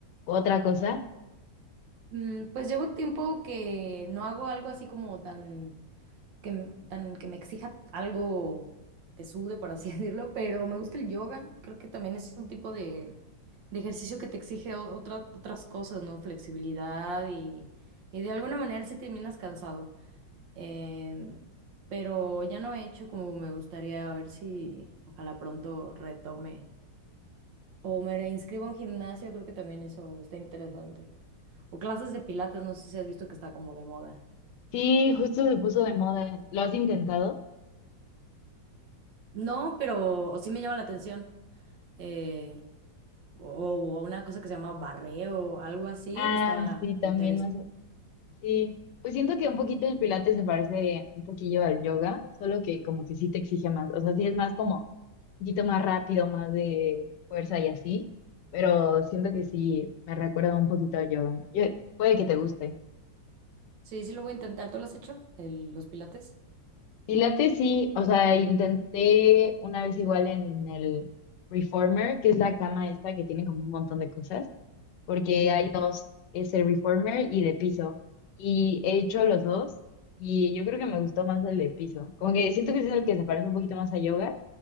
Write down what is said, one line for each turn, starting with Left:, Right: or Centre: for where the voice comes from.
Left: u otra cosa?
Right: Mm, Pues llevo tiempo que no hago algo así como tan que, m- tan que me exija algo que sude, por así <laughs> decirlo, pero me gusta el yoga. Creo que también es un tipo de, de ejercicio que te exige o- otra- otras cosas, ¿no? Flexibilidad y, y de alguna manera sí terminas cansado. Em, pero ya no he hecho como me gustaría, a ver si ojalá pronto retome. O me reinscribo a un gimnasio, creo que también eso está interesante. O clases de pilates, no sé si has visto que está como de moda.
Left: Sí, justo se puso de moda. ¿Lo has intentado?
Right: No, pero o sí me llama la atención. Eh, o, o una cosa que se llama barreo, algo así,
Left: Ah,
Right: está
Left: sí, también
Right: interesante.
Left: más. Sí. Pues siento que un poquito el pilates se parece un poquillo al yoga, solo que como que sí te exige más. O sea, sí es más como un poquito más rápido, más de fuerza y así, pero siento que sí me recuerda un poquito al yoga. Yo- puede que te guste.
Right: Sí, sí lo voy a intentar. ¿Tú lo has hecho? El- los pilates.
Left: Pilates sí, o sea, intenté una vez igual en el Reformer, que es la cama esta que tiene como un montón de cosas. porque
Right: Sí.
Left: hay dos, es el reformer y de piso. Y he hecho los dos y yo creo que me gustó más el de piso. Como que siento que es el que se parece un poquito más a yoga,